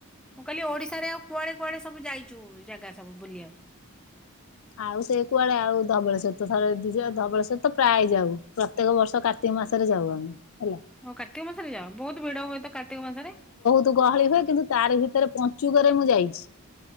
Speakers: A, in the centre; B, on the left (about 65°).
A: ମୁଁ କହିଲି ଓଡିଶାରେ ଆଉ କୁଆଡେ କୁଆଡେ ସବୁ ଯାଇଚୁ ଜାଗା ସବୁ ବୁଲିବାକୁ?
B: ଆଉ ସେ କୁଆଡେ ଆଉ ଧବଳେସର ଥରେ ଦିଥ ଧବଳସର ତ ପ୍ରାୟ ଯାଉ। ପ୍ରତ୍ୟେକ ବର୍ଷ କାର୍ତ୍ତିକ ମାସରେ ଯାଉ ଆମେ ହେଲା।
A: ହଉ କାର୍ତ୍ତିକ ମାସରେ ଯାଅ ବହୁତ ଭିଡ ହୁଏ ତ କାର୍ତ୍ତିକ ମାସରେ?
B: ତୁ ଗହଳି ହୁଏ କିନ୍ତୁ ତାରି ଭିତରେ ପଞ୍ଚୁକରେ ମୁଁ ଯାଇଚି।